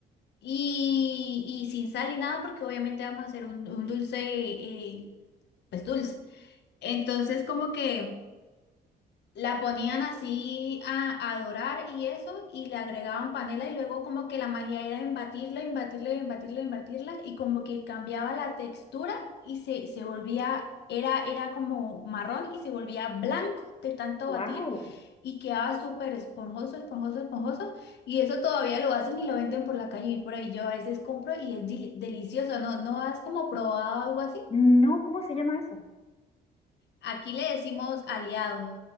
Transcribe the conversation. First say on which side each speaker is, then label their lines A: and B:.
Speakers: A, on the left (about 70°); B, on the left (about 35°).
A: y, y sin sal y nada porque obviamente vamos a hacer un, un dulce, eh, pues dulce. Entonces como que. La ponían así a, a dorar y eso, y le agregaban panela y luego como que la magia era embatirla, embatirla, embatirla, embatirla, y como que cambiaba la textura y se, se volvía, era, era como marrón y se volvía blanco de tanto
B: wow.
A: batir y quedaba súper esponjoso, esponjoso, esponjoso, y eso todavía lo hacen y lo venden por la calle y por ahí yo a veces compro y es deli- delicioso, ¿no? ¿No has como probado algo así?
B: No, ¿cómo se llama eso?
A: Aquí le decimos aliados.